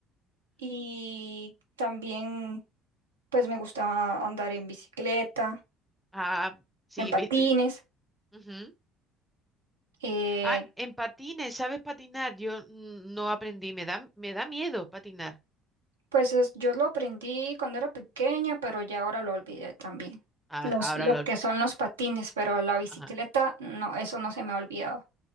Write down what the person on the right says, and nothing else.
Y también, pues me gustaba andar en bicicleta,
en Sí. patines.
eh,
Pues es- yo lo aprendí cuando era pequeña, pero ya ahora lo olvidé también.
Los,
lo
que son los patines, pero la bicicleta,
no, eso no se me ha olvidado.